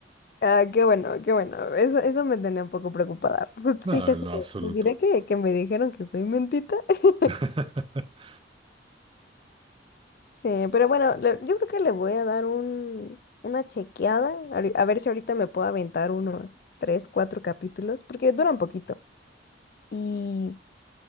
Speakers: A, on the left; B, on the right.
A: Ah, qué bueno, qué bueno. Eso, eso me tenía un poco preocupada. Justo
B: No,
A: dije
B: en
A: así,
B: lo
A: de,
B: absoluto.
A: ¿les diré que, que me dijeron que soy mentita? <laughs>
B: <laughs>
A: Sí, pero bueno, le- yo creo que le voy a dar un, una chequeada, ahori- a ver si ahorita me puedo aventar unos tres, cuatro capítulos, porque duran poquito. Y